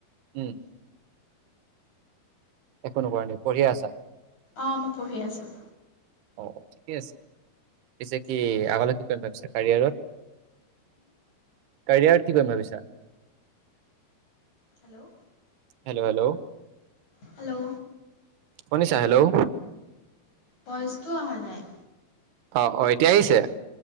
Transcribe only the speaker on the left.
অ', মই পঢ়ি আছোঁ।
হেল্ল'
হেল্ল',
ভইচটো আহা নাই',